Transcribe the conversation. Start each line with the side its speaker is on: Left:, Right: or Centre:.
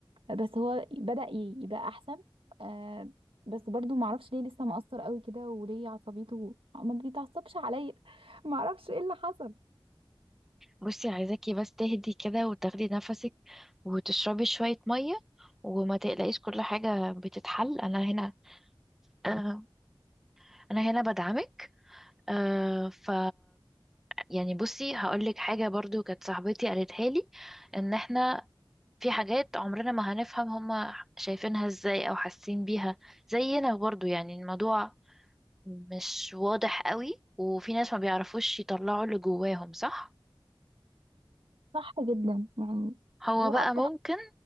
Right: بس هو بدأ ي- يبقى احسن آه بس برضو معرفش ليه لسه مقصر قوي كده وليه عصبيته ما بيتعصبش عليا <laughs> معرفش ايه اللي حصل
Centre: بصي عايزاكي بس تهدي كده وتاخدي نفسك وتشربي شوية مية وما تقلقيش كل حاجة بتتحل أنا هنا آه، أنا هنا بدعمك آه، ف يعني بصي هقولك حاجة برضو كانت صاحبتي قالتها لي ان احنا في حاجات عمرنا ما هنفهم هما شايفينها ازاي او حاسين بيها زينا برضو يعني الموضوع مش واضح قوي وفي ناس ما بيعرفوش يطلعوا اللي جواهم صح
Right: صح جدا يعني
Centre: هو
Right: هو
Centre: بقى
Right: اكتر
Centre: ممكن
Right: حاجه